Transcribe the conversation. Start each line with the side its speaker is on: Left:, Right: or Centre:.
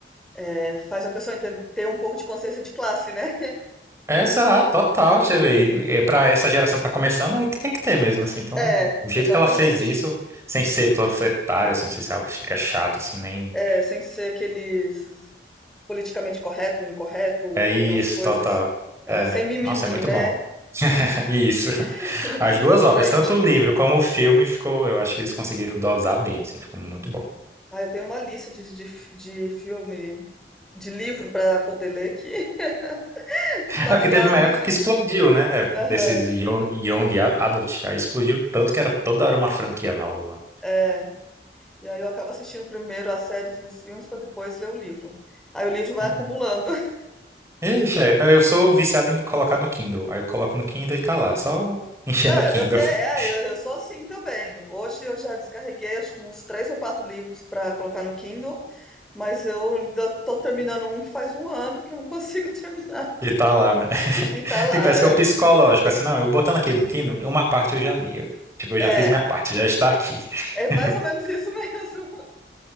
Centre: é, faz a pessoa enten- ter um pouco de consciência de classe, né?
Right: Exato, total, você vê,
Centre: Uhum.
Right: para essa geração que tá começando, é que tem que ter mesmo, assim, então,
Centre: É,
Right: o jeito
Centre: exatamente.
Right: que ela fez isso, sem ser panfletário, assim, sem ser algo que fica chato, assim, nem,
Centre: É, sem ser aqueles politicamente correto, incorreto,
Right: é isso,
Centre: aquelas coisas,
Right: total,
Centre: é,
Right: é,
Centre: sem mimimi,
Right: nossa, é muito
Centre: né?
Right: bom, <laughs> isso,
Centre: <laughs>
Right: as duas obras,
Centre: Prende.
Right: tanto o livro como o filme, ficou, eu acho que eles conseguiram dosar bem, assim, ficou muito bom,
Centre: Ah, eu tenho uma lista de, de, fi- de filme, de livro para poder ler que <laughs> baseado
Right: é porque teve uma
Centre: nesses.
Right: época que explodiu, né,
Centre: Aham.
Right: é, desses young, young adult, aí explodiu tanto que era
Centre: uhum.
Right: toda hora uma franquia nova,
Centre: É. E aí eu acabo assistindo primeiro as séries e os filmes para depois ler o livro. Aí o livro vai
Right: É.
Centre: acumulando. <laughs>
Right: Ixi, é. Não, eu sou viciado em colocar no Kindle. Aí eu coloco no Kindle e tá lá, só enchendo
Centre: Não,
Right: o
Centre: eu,
Right: Kindle
Centre: eu, te, é,
Right: <laughs>
Centre: eu, eu sou assim também. Hoje eu já descarreguei acho que uns três ou quatro livros para colocar no Kindle, mas eu ainda tô terminando um que faz um ano que eu não consigo <laughs> terminar.
Right: e tá lá, né? <laughs>
Centre: E tá lá,
Right: E parece
Centre: é.
Right: que é o psicológico, assim, não, eu botando aqui no Kindle, uma parte eu já li. Eu, tipo, eu
Centre: É,
Right: já fiz minha parte, já está aqui.
Centre: é mais
Right: <laughs>
Centre: ou menos isso mesmo.